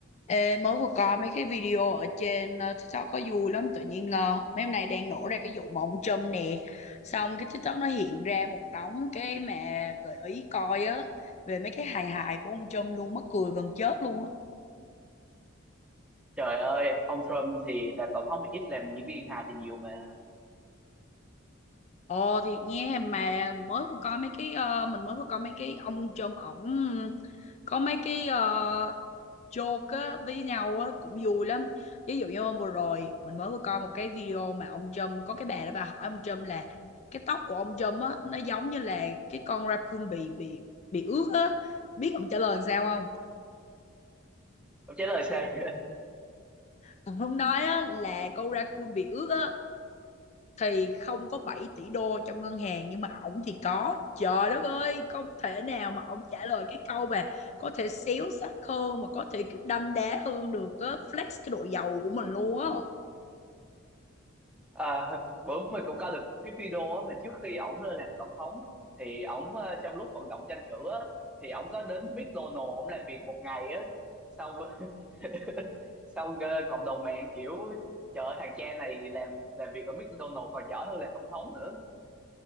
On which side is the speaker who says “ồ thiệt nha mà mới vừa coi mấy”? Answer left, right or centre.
Left